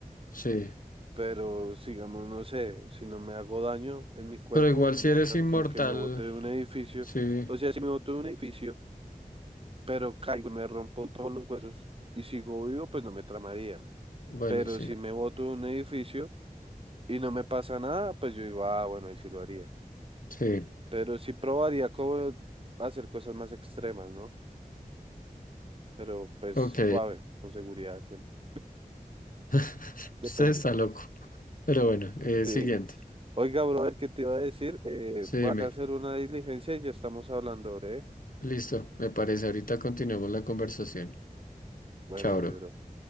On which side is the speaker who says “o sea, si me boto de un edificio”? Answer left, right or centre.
Right